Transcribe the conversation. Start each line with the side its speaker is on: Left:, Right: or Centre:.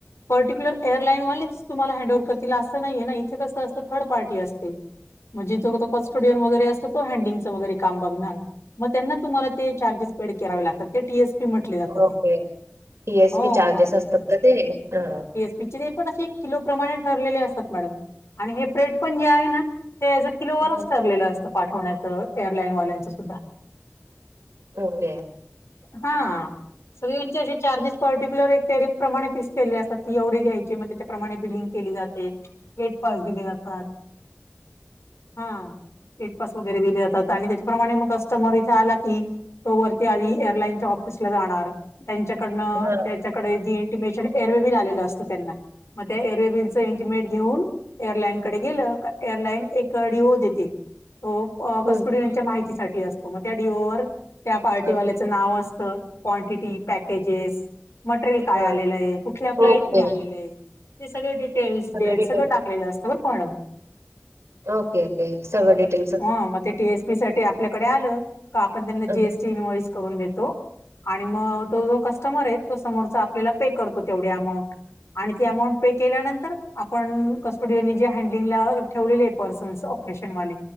Left: पर्टिक्युलर एअरलाईनवालेच तुम्हाला हँड वर्क दिल असतं ना ह्यांना इथे कसं असतं थर्ड पार्टी असते. म्हणजे <unintelligible> कस्टोडियन वगैरे असतो, तो हँडिंगं च वगैरे काम बगणार. मग त्यांना तुम्हाला ते चार्जेस पेड करावे लागतात ते टी-एस-पी म्हटले जातात.
Right: ओके. टी-एस-पी
Left: हो
Right: चार्जेस असतात. का ते हा
Left: पच पण असे किलो प्र्रमाणे ठरलेले असतात. मॅडम आणि हे फ्रेट पण जे आहे ना. ते ज अ किलोवरच
Right: हं,
Left: ठरलेलं असतं. पाठवण्याचं एअरलाईनवाल्यांचं सुद्धा
Right: ओके.
Left: हां
Right: हं.
Left: सगचे असे चार्जेस पर्टिक्युलर एक टेरिफ प्रमाणे फिक्स केले असतात. ती एवढी घ्यायची मग त्याच्याप्रमाणे बिलिंग केली जाते. गेट पास दिले जातात. हां एट पास वगैरे दिले जातात. आणि त्याच्याप्रमाणे मग असं. समोर इथे आला की, तो वरती आधी एअरलाईनच्या ऑफिसला जाणार. त्यांच्याकडनं
Right: हां.
Left: त्याच्याकडे जी इंटिमेशन एअरवेबिल आलेलं असतं त्यांना मग त्या एअरवे बिलच इंटिमेट घेऊन एअरलाईन कडे गेलं एअरलाईन एकडी हो देते. तो अ
Right: हं.
Left: कस्टुडियनच्या माहितीसाठी असतो. मग त्या डिओवर त्या पार्टीवाल्याचं
Right: हां,
Left: नाव असतं. क्वांटिटी पॅकेजेस मटेरियल काय
Right: हां.
Left: आलेलं आहे कुठल्या फ्लाइटनेे
Right: ओके.
Left: आलेलं आहे. सगळ
Right: सगळे
Left: डिटेल्स डेट
Right: डिटेल
Left: सगं टाकलेलं असतं बर का मॅडम
Right: ओके ओके सगळे डिटेल.
Left: ह मग ते टी एस पी साठी आपल्याकडे आलं का आपण त्यांना
Right: हम्म.
Left: जी एस टी इनवइस करून देतो. आणि मग तो जो कस्टमर आहे तो समोरचा आपल्याला पे करतो तेवढ्या अमाऊंट. आणि अमाऊंट पे केल्यानंतर आपण कस्टोडिओनी जे हँडलिंगला ठेवलेले आहे पर्सन्स ऑपरेशन वाले